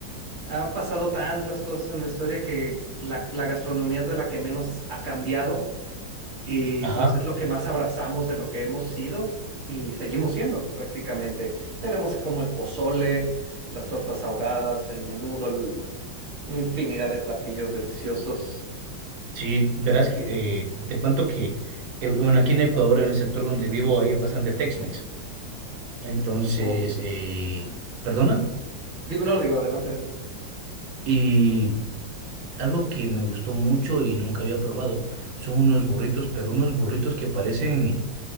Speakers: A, on the right; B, on the right.
A: ha pasado tantas cosas en la historia que la, la gastronomía es de la que menos ha cambiado Y
B: Ajá.
A: pues es lo que más abrazamos de lo que hemos sido y seguimos siendo prácticamente. Tenemos como el pozole, las tortas ahogadas, el menudo, el- una infinidad de platillos deliciosos.
B: Sí, verás que eh, te cuento que, eh, bueno, aquí en Ecuador, en el sector donde vivo, hay bastante Tex-Mex. Entonces,
A: O,
B: eh, perdona.
A: digo, no, digo, adelante, adelante. <laughs>
B: Y algo que me gustó mucho y nunca había probado son unos burritos, pero unos burritos que parecen,